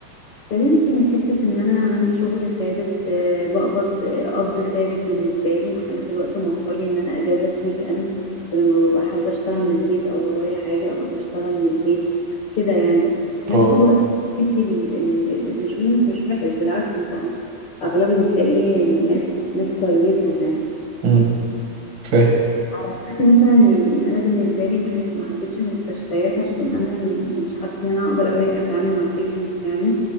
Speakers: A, on the left (about 85°); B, on the right (about 60°).
A: استميلتي من حتة إن أنا عندي شغل ثابت آه، بقبض آه، قبض ثابت بالنسبة لي وفي نفس الوقت موفر لي إن أنا أجازة في ويك إند ولما ببقى حابة أشتغل من البيت أو ورايا حاجة أبقى بشتغل من البيت كده يعني وفي نفس
B: أه
A: الوقت كوميونتي الانشورنس مش وحش بالعكس أنت أغلبه بتلاقيه يعني ناس ناس كويسة يعني
B: أمم، فاهم
A: عكس مثلا يعني انا بالنسبه لي ما حب- ما حبيتش المستشفيات عشان انا مش حاسه ان انا اقدر قوي اتعامل مع patients يعني